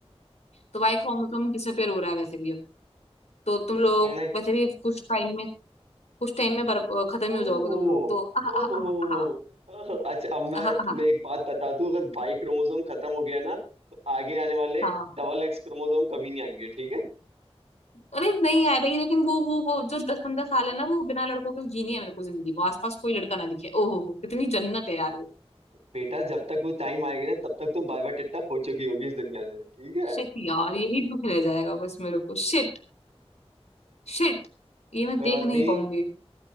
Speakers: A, on the left; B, on the right.
A: तो वाई क्रोमोसोम डिसअपेयर हो रहा है वैसे भी अब तो तुम लोग
B: कहना है
A: वैसे भी कुछ टाइम में कुछ टाइम में बर- अ, खत्म ही
B: ओहो
A: हो जाओगे तुम लोग तो आहा,
B: ओहो
A: आहा,
B: ओहो
A: आहा,
B: अच्छा अब मैं
A: आहा, आहा,
B: तुम्हें एक बात बता दूं अगर भाई क्रोमोसोम खत्म हो गया ना तो आगे आने वाले
A: हाँ
B: डबल एक्स क्रोमोसोम कभी नहीं आएंगे ठीक है
A: अरे नहीं आए भाई लेकिन वो वो वो जो दस पंद्रह साल है ना वो बिना लड़कों के जीनी है मेरे को जिंदगी वो आसपास कोई लड़का ना दिखे ओहो हो कितनी जन्नत है यार वो
B: बेटा जब तक वो टाइम आएगी ना तब तक तुम बाय बाय टिट्टा हो चुकी होगी इस दुनिया से ठीक है
A: शिट यार यही दुख रह जाएगा बस मेरे को शिट शिट ये मैं
B: कोई
A: देख
B: बात
A: नहीं
B: नहीं
A: पाऊंगी